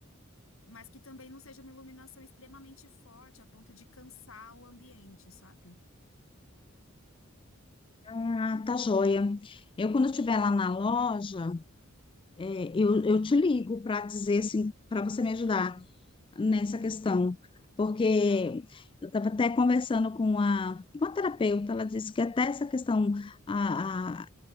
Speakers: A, on the left; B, on the left.
A: mas que também não seja uma iluminação extremamente forte, a ponto de cansar o ambiente, sabe?
B: Ah, tá joia. Eu, quando eu estiver lá
A: Tá?
B: na loja, é, eu, eu te ligo para dizer assim, para você me ajudar nessa
A: Uhum,
B: questão. Porque
A: tá.
B: eu estava até conversando com a, com a terapeuta, ela disse que até essa questão, a